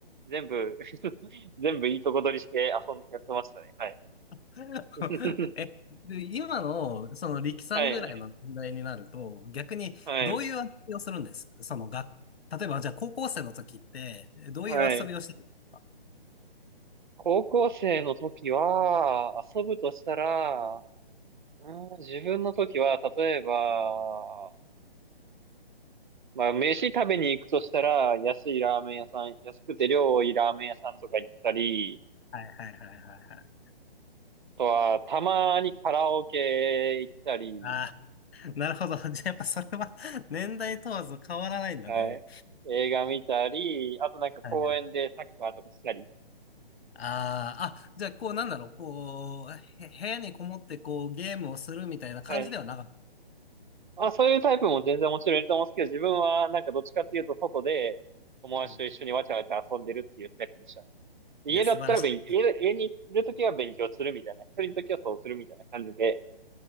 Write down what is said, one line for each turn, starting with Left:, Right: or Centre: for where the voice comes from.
Right: 全部 <laughs> 全部いいとこ取りして遊ん、やってましたね。はい。
Left: <laughs>
Right: <laughs>
Left: え、で、今の、その、力さんぐらいの年代になると、
Right: はい。
Left: 逆に、
Right: はい。
Left: どういう遊びをするんですその、が、例えば、じゃあ、高校生の時って、どういう遊びをしてたんですか
Right: はい。高校生の時は、遊ぶとしたら、うん、自分の時は、例えば、まあ、飯食べに行くとしたら、安いラーメン屋さん、安くて量多いラーメン屋さんとか行ったり、
Left: はいはいはいはいはい。
Right: とは、たまにカラオケ行ったり、
Left: ああ、なるほど。<laughs> じゃあ、やっぱそれは <laughs> 年代問わず変わらないんだね。
Right: はい。映画見たり、あとなんか公園でサッカーとかしたり。
Left: はい。あーあ、じゃあ、こう、なんだろう、こう、へ部屋にこもって、こう、ゲームをするみたいな感じではなかっ
Right: はい。あ、そういうタイプも全然もちろんいると思うんですけど、自分はなんかどっちかっていうと外で友達と一緒にわちゃわちゃ遊んでるっていうタイプでしたね。
Left: た。うん。
Right: 家だったら勉強、
Left: いや、素晴らし
Right: 家、家にいるときは勉強するみたいな、一人のときはそうするみたいな感じで